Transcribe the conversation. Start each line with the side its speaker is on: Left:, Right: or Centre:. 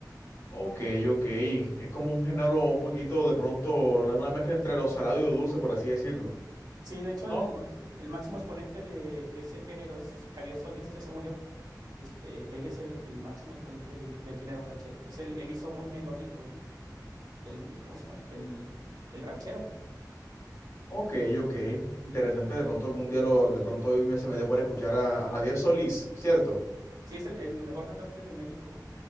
Left: Ok, ok. Es como un género un poquito de pronto, una mezcla entre lo salado y lo dulce, por así decirlo.
Right: Sí, de hecho,
Left: ¿No?
Right: el, máximo, el máximo exponente de, de ese género es Javier Solís, ya se murió. Este, él es el, el máximo exponente del, del género ranchero. Entonces, él, él hizo muy melódico el, el, ¿cómo se llama? El, el ranchero.
Left: Ok, ok. Interesante. De pronto algún día lo, de pronto hoy me, se me dé por escuchar a, a Javier Solís, ¿cierto?
Right: Sí, es el, el mejor cantante de México,